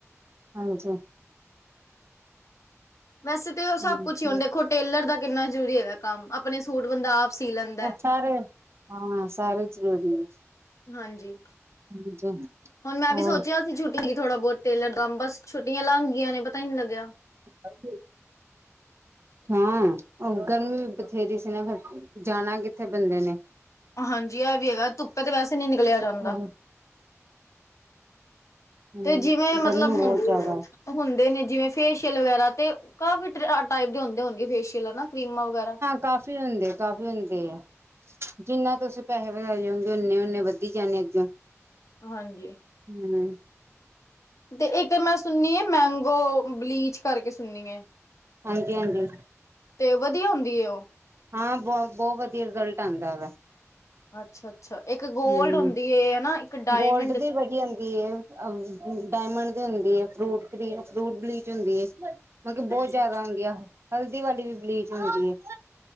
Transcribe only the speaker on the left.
ਵੈਸੇ ਤੇ ਉਹ
ਸਭ ਕੁਛ ਹੀ, ਹੁਣ ਦੇਖੋ ਟੇਲਰ ਦਾ ਕਿੰਨਾ ਜ਼ਰੂਰੀ ਹੈਗਾ ਕੰਮ, ਅਪਣੇ ਸੂਟ ਬੰਦਾ ਆਪ ਸੀ ਲੈਂਦਾ
ਏ।
ਹਾਂਜੀ,
ਹੁਣ ਮੈਂ
ਵੀ ਸੋਚਿਆ ਛੁਟੀ ਈ ਥੋੜਾ ਬੌਤ ਟੇਲਰ ਦਾ ਬਸ, ਛੁੱਟੀਆਂ ਲੰਘ ਗੀਆਂ ਨੇ ਪਤਾ ਈ ਨੀ ਲੱਗਿਆ।
ਹਾਂਜੀ ਏਹ ਵੀ ਹੈਗਾ ਏ, ਧੁੱਪੇ ਤੇ ਵੈਸੇ ਨੀ ਨਿਕਲਿਆ ਜਾਂਦਾ।
ਤੇ ਜਿਵੇਂ ਮਤਲਬ
ਹੁਣ
ਹੁੰਦੇ ਨੇ ਜਿਵੇਂ ਫੇਸ਼ੀਅਲ ਵਗੈਰਾ ਤੇ ਕਾਫੀ ਅ ਟਾਈਪ ਦੇ ਹੁੰਦੇ ਹੋਨਗੇ ਫੇਸ਼ੀਅਲ ਹਨਾ। ਕਰੀਮਾਂ ਵਗੈਰਾ।
ਹਾਂਜੀ।
ਤੇ ਇੱਕ ਮੈਂ ਸੁਣੀ ਏ ਮੈਂਗੋ ਬਲੀਚ ਕਰਕੇ ਸੁਣੀ ਏ।
ਤੇ ਵਧੀਆ ਹੁੰਦੀ ਏ ਓ?
ਅੱਛਾ-ਅੱਛਾ, ਇੱਕ ਗੋਲਡ
ਹੁੰਦੀ ਏ ਹਨਾ? ਇੱਕ ਡਾਇਮੰਡ
ਅੱਛਾ
ਅੱਛਾ